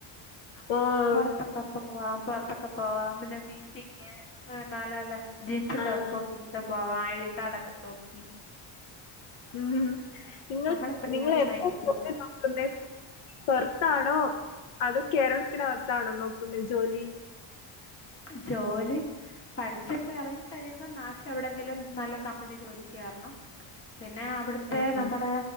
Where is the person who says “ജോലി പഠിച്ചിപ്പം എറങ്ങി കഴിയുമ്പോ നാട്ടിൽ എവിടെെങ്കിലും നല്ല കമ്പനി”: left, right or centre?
Left